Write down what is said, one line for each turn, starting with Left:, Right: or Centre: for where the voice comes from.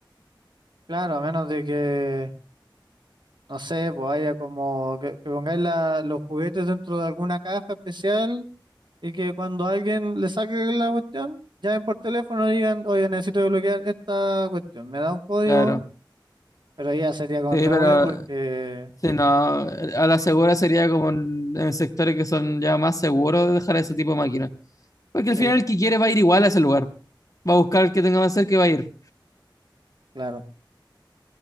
Right: Claro, a menos de que, no sé, pues haya como que, que pongáis la- los juguetes dentro de alguna caja especial y que cuando alguien le saque la cuestión, llamen por teléfono y digan, oye, necesito desbloquear esta cuestión, me da un código,
Left: Claro,
Right: pero ya sería con
Left: sí,
Right: me
Left: pero
Right: huevo porque,
Left: sí, no, a la segura
Right: mm,
Left: sería como en, en sectores que son ya más seguros de dejar ese tipo de máquinas, porque
Right: sí,
Left: al final el que quiere va a ir igual a ese lugar, va a buscar el que tenga más cerca y va a ir.
Right: claro.